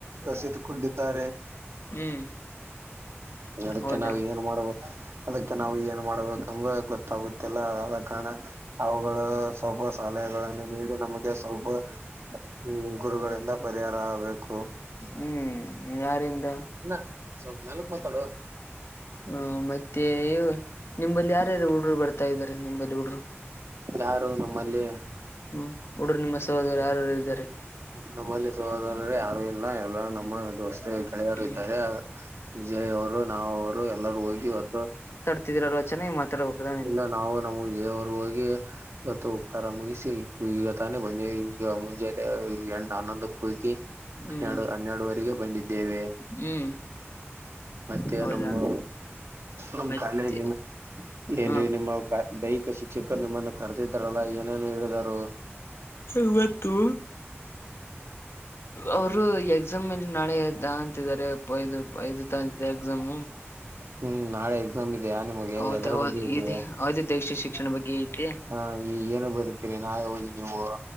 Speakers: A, on the right; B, on the left.
A: ಕಸಿದುಕೊಂಡಿದ್ದಾರೆ.
B: ಹ್ಮ್
A: ಅದಕ್ಕೆ
B: ಹೌದಾ
A: ನಾವು ಏನ್ ಮಾಡಬೇಕ್ ಅದಕ್ಕೆ ನಾವು ಏನ್ ಮಾಡ್ಬೇಕಂದ್ ವಾಗ ಗೊತ್ತಾಗುತ್ತೆ. ಇಲ್ಲ ಆದ ಕಾರಣ ಅವುಗಳು ಸ್ವಲ್ಪ ಸಲಹೆಗಳನ್ನು ನೀಡಿ ನಮಗೆ ಸ್ವಲ್ಪ್ ಹ್ಮ್ ಗುರುಗಳಿಂದ ಪರಿಹಾರ ಆಗ್ಬೇಕು.
B: ಹ್ಮ್ ಯಾರಿಂದ
A: ಅಣ್ಣ ಸ್ವಲ್ಪ ಮೇಲಕ್ಕ್ ಮಾತಾಡೋ.
B: ಹ ಮತ್ತೆ ನಿಂಬಲ್ಲಿ ಯಾರ್ಯಾರು ಹುಡ್ರು ಬರ್ತಾ ಇದಾರೆ ನಿಂಬಲ್ಲಿ ಹುಡ್ರು
A: ಯಾರು ನಮ್ಮಲ್ಲಿ
B: ಹ್ಮ ಹುಡರೂ ನಿಮ್ಮ ಸಹೋದರ ಯಾರಾರು ಇದ್ದಾರೆ.
A: ನಮ್ಮಲ್ಲಿ ಸಹೋದರ ಯಾರು ಇಲ್ಲ ಎಲ್ಲಾ ನಮ್ಮ ಅ ವಸ್ ಗೆಳೆಯರು
B: ಹ್ಮ್
A: ಇದ್ದಾರೆ ವಿಜಯ್ ಅವರು ನಾವರು ಎಲ್ಲರೂ ಹೋಗಿ ಇವತ್ತು
B: ತಿದ್ರಲ್ವ ಚೆನ್ನಾಗಿ ಮಾತಾಡ್ಬೇಕ್ ಅಲ್ಲ ನೀನು.
A: ಇಲ್ಲ ನಾವು ಅವರು ಹೋಗಿ ಇವತ್ತು ಉಪಹಾರ ಮುಗಿಸಿ ಇಟ್ಟು ಇವ್ ತಾನೇ ಬನ್ನಿ ಈಗ ಮುಂಜಲ್ಲೇ ಎರಡು ಆನಂದ ಕೂಗಿ
B: ಹ್ಮ್
A: ಎರಡು ಹನ್ನೆರಡುವರೆಗೆ ಬಂದಿದ್ದೇವೆ.
B: ಹ್ಮ್
A: ಮತ್ತೆ
B: ಹೌದಾ
A: ನಮ್ಮ ನಮ್
B: ಮತ್ತೆ
A: ಕಾಲೇಜ ಏನ್ರೀ
B: ಹ
A: ನಿಮ್ಮ ದೈಹಿಕ ಶಿಕ್ಷಕರು ನಿಮ್ಮನ್ನು ಕರೆದಿದ್ದಾರಲ್ಲಾ ಏನೇನು ಹೇಳಿದ್ದಾರು.
B: ಇವತ್ತು ಅವರು ಎಕ್ಸಾಮ್ ಅಲ್ಲಿ ನಾಳೆದ ಅಂತಿದ್ದಾರೆ ಪ್ಪಾ ಇದು ಇದು ತಗಂತಿದ್ದಾರೆ ಎಕ್ಸಾಮು
A: ಹ್ಮ್ ನಾಳೆ ನಮ್ದಿಯಾ ನಿಮಗೆ
B: ಹೌದ
A: ಎ ಎದರ
B: ಹೌದು
A: ಬಗ್ಗೆ ಇದೆ
B: ಅವಧಿ ದೀಕ್ಷೆ
A: <inaudible>
B: ಶಿಕ್ಷಣ ಬಗ್ಗೆ ಐತಿ
A: ಹ ಈ ಏನು ಬರುತೀರಿ ನಾಳೆ ಹೋಗಿ ನೀವು